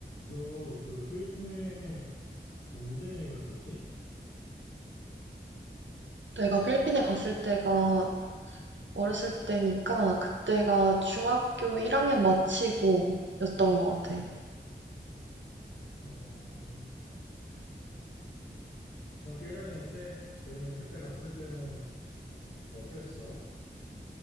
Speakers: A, on the left; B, on the right.
A: 너 그 필리핀에 언제 갔었지?
B: 내가 필리핀에 갔을 때가 어렸을 때니까 그때가 중학교 1학년 마치고였던 것 같아.
A: 어, 중학교 1학년 때? 그러면 그때 갔을 때는 어땠어?